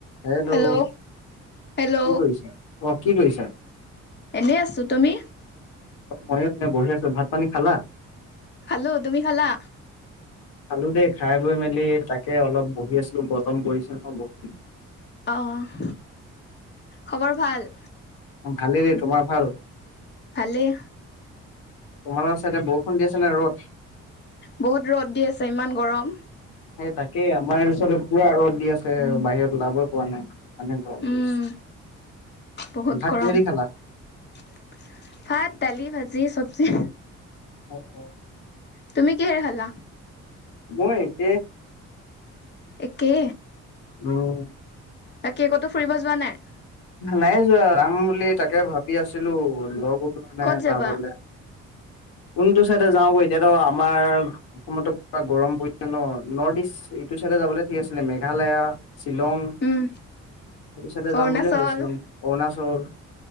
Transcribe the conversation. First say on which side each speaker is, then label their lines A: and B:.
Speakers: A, on the left (about 70°); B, on the left (about 30°).
A: Hello
B: hello hello
A: কি কৰিছা অ কি কৰিছা?
B: এনে আছো তুমি
A: মই এনে বহি আছো ভাত পানী খালা
B: খালো তুমি খালা
A: খালো দেই খাই বৈ মেলি তাকে অলপ বহি আছিলো গৰম পৰিছে ন বৰকে
B: অহ খবৰ ভাল
A: অ ভালেই তোমাৰ ভাল
B: ভালেই
A: তোমালোকৰ চাইডে বৰষুণ দি আছে নে ৰ'দ
B: বহুত ৰ'দ দি আছে ইমান গৰম
A: সেই তাকে আমাৰ এইটো চাইডে পুৰা ৰদ দিয়া ফে বাহিৰত ওলাবই পৰা নাই ইমানে গৰম
B: উম
A: পৰিছে
B: বহুত
A: ভাত
B: গৰম
A: কিহেদি খালা
B: ভাত দালি ভাজি চব চি
A: অ অ
B: তুমি কিহে খালা
A: মই একে
B: একে
A: উম
B: তাকে কতো ফুৰিব যোৱা নাই
A: নাই যোৱা যাম বুলি তাকে ভাবি আছিলো লগ ওলোৱা নাই
B: ক'ত যাবা
A: যাবলে কোনটো চাইডে যাওঁ ক এতিয়াতো আমাৰ অসমতো পুৰা গৰম পৰিছে ন নৰ্থ ইষ্ট এইটো চাইডে যাবলে ঠিক আছিলে মেঘালয়া শ্বিলং
B: উম
A: সেইটো চাইডে
B: অৰুণাচল
A: যাম বুলিয়ে ভাবিছিলোং অৰুণাচল